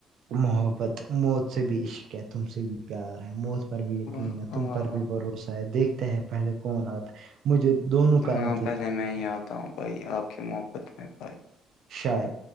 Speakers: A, on the right; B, on the left.
A: محبت موت سے بھی عشق ہے تم سے بھی پیار ہے موت بھی یقین
B: واہ
A: ہے
B: واہ
A: تم
B: واہ
A: پر
B: واہ
A: بھی بھروسہ ہے دیکھتے ہیں پہلے کون آتا مجھے دونوں کاائن
B: ہاں
A: تھ
B: پہلے میں یہ آتا ہوں بھائی آپ کے محبت میں بھائی
A: شار